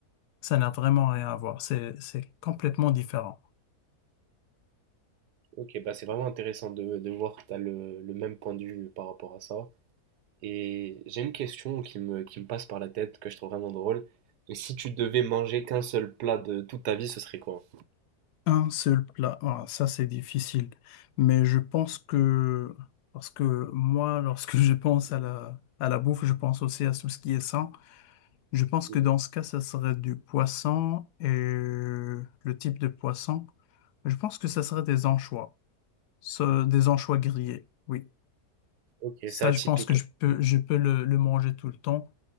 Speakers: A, on the left; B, on the right.
A: Ça n'a vraiment rien à voir. C'est, c'est complètement différent.
B: Ok, bah c'est vraiment intéressant de, de voir que tu as le, le même point de vue par rapport à ça. Et j'ai une question qui me, qui me passe par la tête, que je trouve vraiment drôle. Mais si tu devais manger qu'un seul plat de toute ta vie, ce serait quoi?
A: Un seul plat, ah, ça c'est difficile. Mais je pense que, parce que moi, <laughs> lorsque je pense à la, à la bouffe, je pense aussi à tout ce qui est sain. Je pense
B: Mhm.
A: que dans ce cas, ça serait du poisson et le type de poisson. Je pense que ça serait des anchois, Ce- des anchois grillés. Oui,
B: Ok,
A: ça,
B: c'est atypique.
A: je pense que je peux, je peux le, le manger tout le temps.